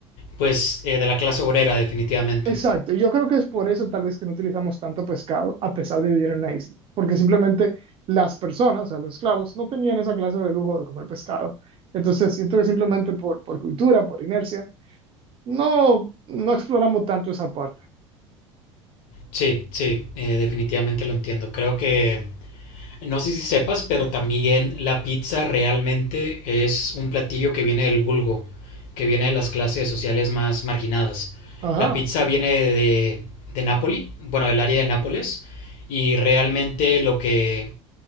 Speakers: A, on the left; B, on the right.
A: pues, eh, de la clase obrera, definitivamente.
B: Exacto, y yo creo que es por eso tal vez que no utilizamos tanto pescado a pesar de vivir en una isla, porque simplemente las personas, o sea, los esclavos, no tenían esa clase de lujo de comer pescado. Entonces siento que simplemente por, por cultura, por inercia, no, no exploramos tanto esa parte.
A: Sí, sí, eh, definitivamente lo entiendo. Creo que, no sé si sepas, pero también la pizza realmente es un platillo que viene del vulgo, que viene de las clases sociales más marginadas.
B: Ajá,
A: La pizza viene de, de Nápoli, bueno, del área de Nápoles, y realmente lo que